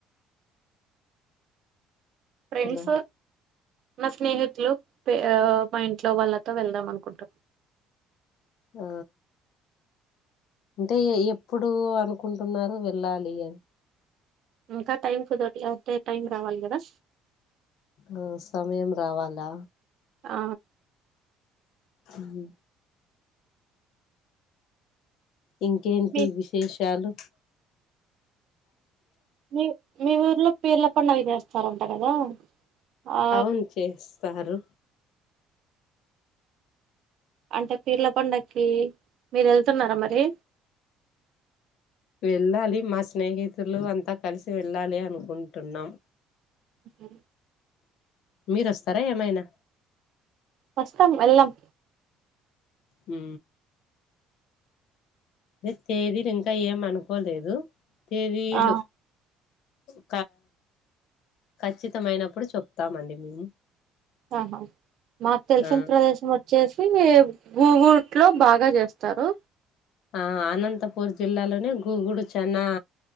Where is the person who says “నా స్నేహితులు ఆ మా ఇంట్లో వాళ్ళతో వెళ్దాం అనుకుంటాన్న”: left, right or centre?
Right